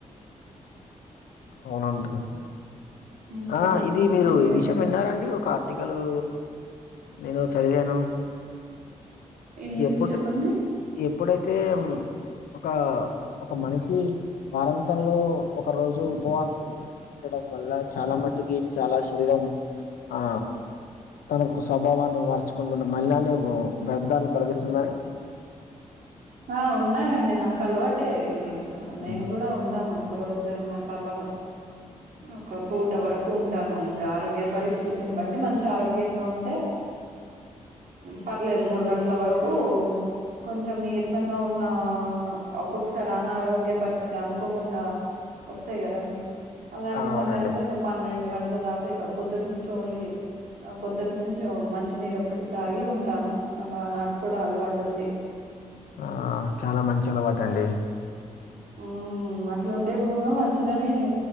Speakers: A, on the left (about 85°); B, on the right (about 80°).
A: అవునండి
B: ఉమ్
A: ఆ ఇది మీరు
B: ఇవి
A: ఈ విషయం విన్నారండి ఒక ఆర్టికలు నేను చదివాను.
B: ఏది
A: ఎప్పుడు
B: చెప్పండి
A: ఎప్పుడైతే ఒకా ఒక మనిషి వారాంతంలో ఒక రోజు ఉపవాసం ఉండడం వల్లా చాలా మట్టుకి చాలా శరీరం ఆ తనొక స్వభావాన్ని మార్చుకుంటున్న మళినాల్ని, వ్యర్ధాన్ని తొలగిస్తుందని.
B: ఆ ఉన్నానండి నాకు అలవాటే ఇది
A: హ్మ్.
B: నేను కూడా ఉంటాను. ఒక రోజన్మాట అలాగా.
A: <unintelligible>
B: ఒక పూట వరకు ఉంటాను ఇంకా ఆరోగ్య పరిస్థితిని బట్టి మంచి ఆరోగ్యంగా ఉంటే పర్లేదు మూడు గంటల వరకు కొంచెం నీర్స్ సంగా ఉన్నా ఒక్కొక్కసారి అనారోగ్య పరిస్థితి అనుకోకుండా వస్తాయి కదండి, అలాంటి
A: ఆ! అవునండి.
B: సమయంలో ఇగ పన్నెండు గంట్ల దాకా ఇగ పొద్దటి నుంచి ఓన్లీ ఆ పొద్దుటి నుంచి మంచినీరు ఒక్కటి తాగి ఉంటాను అలా నాకు కూడా అలవాటు ఉంది.
A: ఆ చాలా మంచి అలవాటండి.
B: ఉ అట్లుంటే కూడ మంచిదని